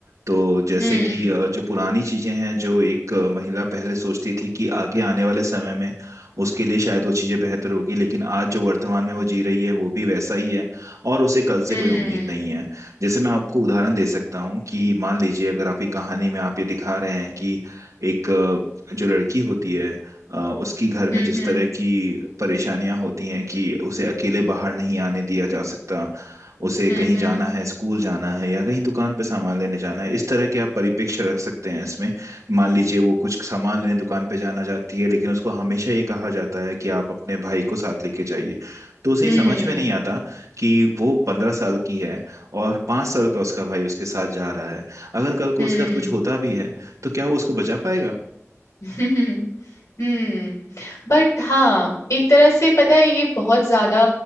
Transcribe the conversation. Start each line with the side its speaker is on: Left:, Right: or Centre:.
Right: तो जैसे
Left: हम्म
Right: कि अ, जो पुरानी चीजें हैं जो एक अ, महिला पहले सोचती थी कि आगे आने वाले समय में उसके लिए शायद वो चीजें बेहतर होगी लेकिन आज जो वर्तमान में वो जी रही है वो भी वैसा ही है और उसे कल से
Left: हम्म
Right: कोई उम्मीद नहीं है जैसे मैं आपको उदाहरण दे सकता हूँ कि मान लीजिए अगर आपकी कहानी में आप ये दिखा रहे हैं कि एक अ, जो लड़की होती है अ, उसकी घर में
Left: हम्म
Right: जिस
Left: हम्म
Right: तरह की परेशानियां होती हैं कि उसे अकेले बाहर नहीं आने दिया जा सकता उसे
Left: हम्म
Right: कहीं जाना है स्कूल जाना है या कहीं दुकान पे सामान लेने जाना है इस तरह के आप परिप्रेक्ष्य रख सकते हैं इसमें मान लीजिए वो कुछ सामान लेने दुकान पे जाना चाहती है लेकिन उसको हमेशा ये कहा जाता है कि आप अपने भाई को साथ लेके जाइए तो उसे
Left: हम्म
Right: ये समझ में नहीं आता कि वो पंद्रह साल की है और पाँच साल का उसका भाई उसके साथ जा रहा है अगर कल
Left: हम्म
Right: को उसके साथ कुछ होता भी है तो क्या वो उसको बचा पाएगा
Left: हम्म हम्म, हम्म बट हाँ एक तरह से पता है ये बहुत ज्यादा